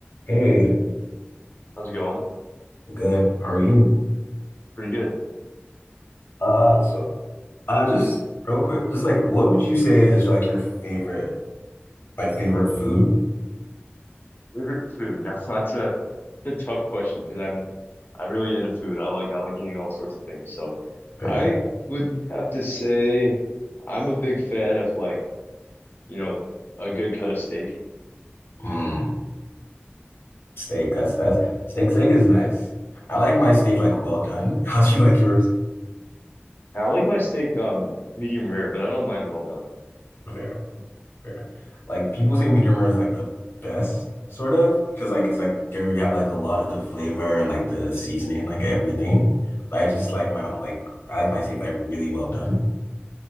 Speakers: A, on the left; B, on the left.
A: Hey,
B: How's it going?
A: good. How are you?
B: Pretty good.
A: Uh,
B: Yeah.
A: so uh, just real quick, just like what would you say is like your favorite, like favorite food
B: Favorite food? <laughs> Now so that's a it's a tough question because I'm I'm really into food. I like I like eating all sorts of things. So
A: there?
B: I would have to say I'm a big fan of like, you know, a good cut of steak.
A: Mm, steak. That's that's steak. Steak is nice. I like my steak like well done. <laughs> How do you like yours?
B: And I like my steak um medium rare, but I don't mind well done.
A: Fair, fair. Like people say medium rare is like the best, sort of, because like it's like there you have like a lot of the flavor and like the seasoning, like everything. But I just like my own like I like my steak like really well done.